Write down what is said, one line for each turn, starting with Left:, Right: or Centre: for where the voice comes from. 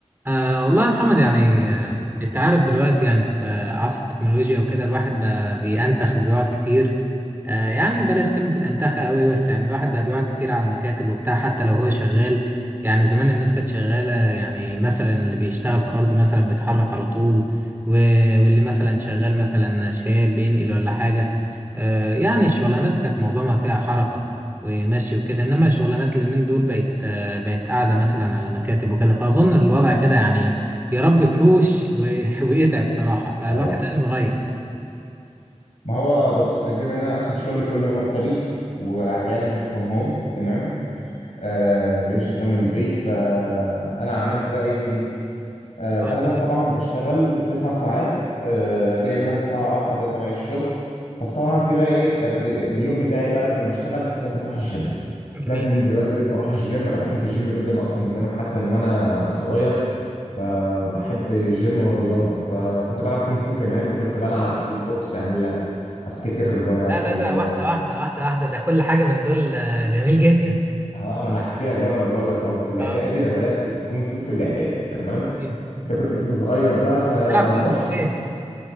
Right: أه والله يا محمد يعني أه انت عارف دلوقتي يعني في آه، عصر التكنولوجيا وكده الواحد بقى بينتخ وبيقعد كتير آه، يعني بلاش كلمة الانتخة قوي بس يعني الواحد بقى بيقعد كتير على مكاتب وبتاع حتى لو هو شغال يعني زمان الناس كانت شغالة يعني مثلا اللي بيشتغل في أرض مثلا بيتحرك على طول و- واللي مثلا شغال مثلا شايل بينقل ولا حاجة آه، يعني الشغلانات كانت معظمها فيها حركة ومشي وكده إنما شغلانات اليومين دول بقت آه، بقت قاعدة مثلا على مكاتب وكده فأظن الوضع كده يعني يربي كروش و- <laughs> ويتعب صراحة فالواحد
Left: ايوه
Right: لازم يغير.
Left: ما هو بص يعني بما ان انا اصلا شغلي كله مكتبي واحيانا فروم هوم تمام آه لان شغال من البيت فانا عملت بقى ايه يا سيدي آه انا
Right: عملت
Left: بس
Right: إيه؟
Left: طبعا بشتغل تسع ساعات آه ليا منهم ساعه راحه ده تبع الشغل بس طبعا في بقى ايه قبل اليوم بتاعي بقى قبل ما اشتغل لازم اروح الجيم
Right: جميل.
Left: لازم دلوقتي بقيت بروح الجيم انا بحب الجيم جدا اصلا من زمان حتى من وانا صغير فبحب الجيم والرياضة فكنت بلعب كونغ فو كمان وكنت بلعب كيك بوكس يعني لا افتكر وانا
Right: لا
Left: في
Right: لا
Left: ال
Right: لا واحدة واحدة واحدة واحدة ده كل حاجة من دول آه، جميل جدا
Left: اه ما انا هحكي لك بقى ما انا بقول لك اهو في الاعدادي
Right: اه
Left: انا بدأت كونغ فو في الاعدادي تمام
Right: ايه
Left: ده كنت لسه صغير بقى فرحت
Right: بتلعب كونج فو فين؟